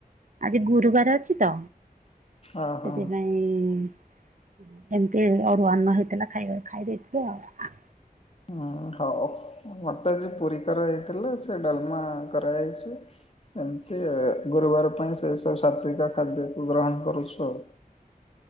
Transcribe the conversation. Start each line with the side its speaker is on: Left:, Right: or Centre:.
Right: ଆଜି ଗୁରୁବାର ଅଛି ତ,
Left: ଓହୋ
Right: ସେଥିପାଇଁ। ଉଁ ଏମିତି ଅରୁଆ ଅନ୍ନ ହେଇଥିଲା ଖାଇବା ଖାଇ ଦେଇଥିଲୁ ଆଉ।
Left: ହୁଁ ହଉ ମତେ ଆଜି ପୁରୀ କରାହେଇଥିଲା ସେ ଡାଲମା କରାହେଇଛି ଏମିତି ଗୁରୁବାର ପାଇଁ ସେ ସବୁ ସାତ୍ଵିକ ଖାଦ୍ୟକୁ ଗ୍ରହଣ କରୁଛୁ ଆଉ।